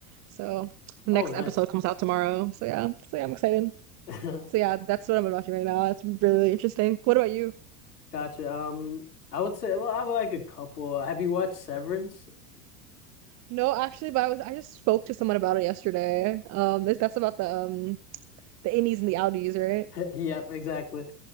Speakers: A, on the right (about 40°); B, on the left (about 85°).
A: So the
B: Oh,
A: next
B: nice.
A: episode comes out tomorrow. So yeah, so yeah, I'm excited.
B: <laughs>
A: So yeah, that's what I'm watching right now. It's really interesting. What about you?
B: Gotcha. Um, I would say, well, I would like a couple. Have you watched Severance? <laughs>
A: No, actually, but I was I just spoke to someone about it yesterday. Um, that's that's about the um the innies and the outies, right?
B: Yep, exactly.